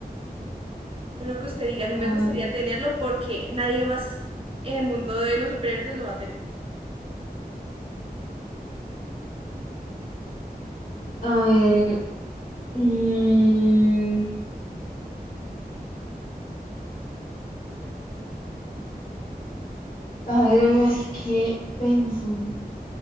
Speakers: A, on the right; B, on the left.
A: Uno que usted diga, a mí me
B: <sighs>
A: gustaría tenerlo porque nadie más en el mundo de los superhéroes lo va a tener.
B: Ah, a ver, mm, A ver, es que pensan.